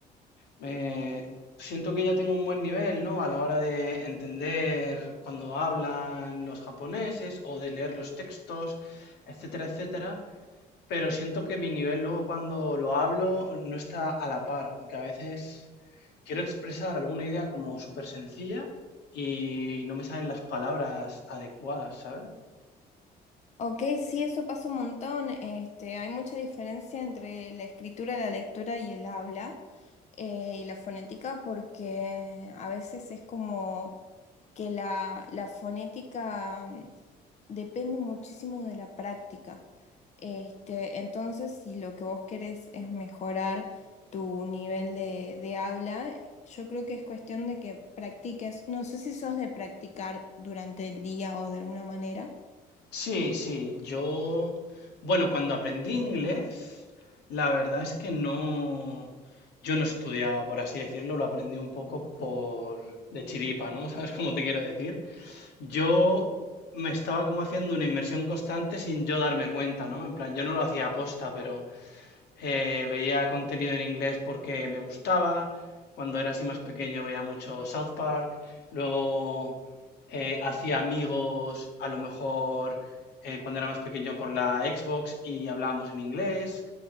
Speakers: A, on the left; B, on the left.
A: me siento que ya tengo un buen nivel, ¿no? A la hora de entender cuando hablan los japoneses o de leer los textos, etcétera, etcétera Pero siento que mi nivel luego cuando lo hablo no está a la par, o que a veces quiero expresar alguna idea como súper sencilla y no me salen las palabras adecuadas, ¿sabes?
B: Ok, sí, eso pasa un montón. Este, hay mucha diferencia entre la escritura, la lectura y el habla. eh, y la fonética porque a veces es como que la, la fonética mm, depende muchísimo de la práctica. Este, entonces, si lo que vos querés es mejorar tu nivel de, de habla, yo creo que es cuestión de que practiques. No sé si sos de practicar durante el día o de alguna manera.
A: Sí, sí, yo, bueno, cuando aprendí inglés, la verdad es que no, yo no estudiaba, por así decirlo, lo aprendí un poco por de chiripa, ¿no? <laughs> ¿Sabes cómo te quiero decir? Yo me estaba como haciendo una inmersión constante sin yo darme cuenta, ¿no? En plan, yo no lo hacía aposta, pero eh, veía contenido en inglés porque me gustaba. Cuando era así más pequeño veía mucho South Park. Luego eh, hacía amigos, a lo mejor eh, cuando era más pequeño por la Xbox y hablábamos en inglés.